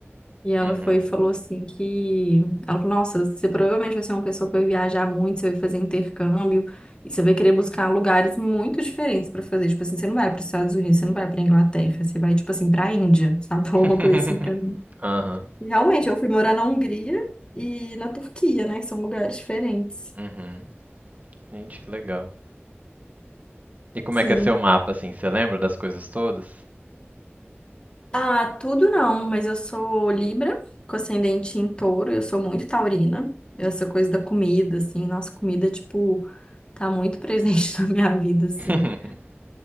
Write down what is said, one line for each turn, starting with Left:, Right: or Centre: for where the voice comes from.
Left: E ela
Right: uhum.
Left: foi e falou assim que... Ela falou, nossa, você provavelmente vai ser uma pessoa que vai viajar muito, você vai fazer intercâmbio, e você vai querer buscar lugares muito diferentes para fazer. Tipo assim, você não vai para os Estados Unidos, você não vai para Inglaterra, você vai, tipo assim, para a Índia, sabe? <laughs> Falou
Right: <laughs>
Left: uma coisa assim para
Right: Aham,
Left: Realmente, eu fui morar na Hungria e na Turquia, né? Que são lugares diferentes.
Right: uhum. Gente, que legal. E como
Left: Sim.
Right: é que é seu mapa, assim? Você lembra das coisas todas?
Left: Ah, tudo não, mas eu sou Libra, com ascendente em touro, eu sou muito taurina. Essa coisa da comida, assim, nossa comida, tipo, tá muito <laughs> presente na minha vida, assim.
Right: <laughs>